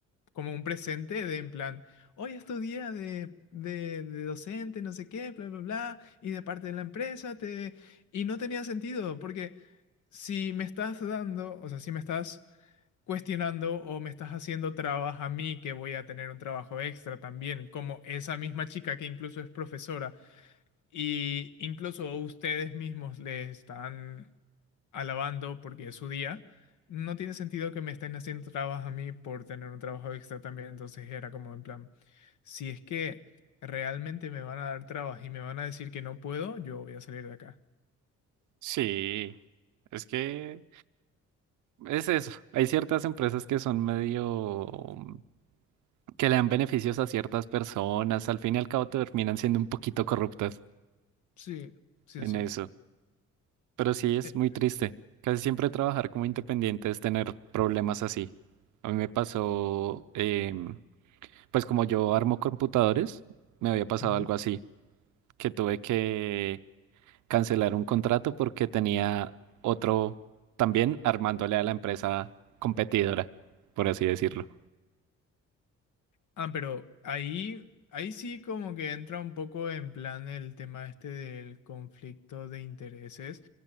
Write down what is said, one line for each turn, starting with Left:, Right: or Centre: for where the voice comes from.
Left: como un presente de en plan, hoy es tu día de, de, de docente, no sé qué, bla, bla, bla, y de parte de la empresa te... Y no tenía sentido, porque si me estás dando, o sea, si me estás cuestionando o me estás haciendo trabas a mí que voy a tener un trabajo extra también, como esa misma chica que incluso es profesora y incluso ustedes mismos le están alabando porque es su día. No tiene sentido que me estén haciendo trabas a mí por tener un trabajo extra también, entonces era como en plan, si es que realmente me van a dar trabas y me van a decir que no puedo, yo voy a salir de acá.
Right: Sí, es que es eso. Hay ciertas empresas que son medio mm, que le dan beneficios a ciertas personas. Al fin y al cabo terminan siendo un poquito corruptas
Left: Sí, sí,
Right: en
Left: sí.
Right: eso. Pero sí es
Left: Eh,
Right: muy triste. Casi siempre trabajar como independiente es tener problemas así. A mí me pasó, eh, pues como yo armo computadores, me había pasado
Left: ujú.
Right: algo así, que tuve que cancelar un contrato porque tenía otro también armándole a la empresa competidora, por así decirlo.
Left: Ah, pero ahí, ahí sí como que entra un poco en plan el tema este del conflicto de intereses.